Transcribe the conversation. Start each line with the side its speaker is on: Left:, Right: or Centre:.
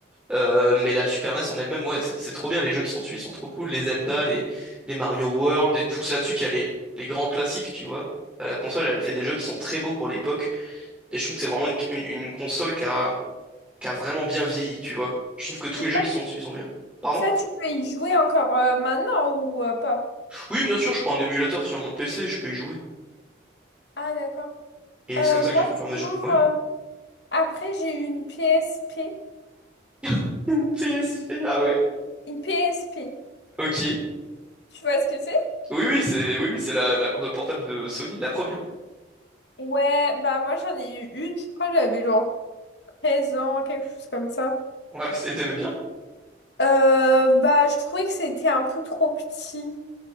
Centre: Euh, mais la Super NES en elle-même, ouais, c'est c'est trop bien. Les jeux qui sont dessus, ils sont trop cool. Les Zelda, les, les Mario World et tout. C'est là-dessus qu'il y a les, les grands classiques, tu vois. Bah, La console, elle fait des jeux qui sont très beaux pour l'époque. Et je trouve que c'est vraiment une, une, une console qui a, qui a vraiment bien vieilli, tu vois. Je trouve que tous
Left: Mais
Centre: les
Left: ça,
Centre: jeux qui
Left: tu,
Centre: sont dessus, ils sont bien. Pardon?
Left: ça, tu peux y jouer encore euh, maintenant ou euh, pas?
Centre: Oui, bien sûr, je prends un émulateur sur mon PC, je peux y jouer.
Left: Ah, d'accord.
Centre: Et
Left: Euh,
Centre: c'est comme ça
Left: moi,
Centre: que j'ai fait plein de
Left: sinon,
Centre: jeux. Ouais.
Left: euh, après, j'ai eu une PSP.
Centre: <laughs> Une PSP, ah ouais.
Left: Une PSP.
Centre: Ok.
Left: Tu vois ce que c'est?
Centre: Oui, oui, c'est oui, oui, c'est la, la console portable de Sony, la première.
Left: Ouais, bah moi, j'en ai eu une, je crois, j'avais genre 13 ans, quelque chose comme ça.
Centre: Ouais, <laughs> c'était- t'aimais bien?
Left: Euh, bah, je trouvais que c'était un peu trop petit.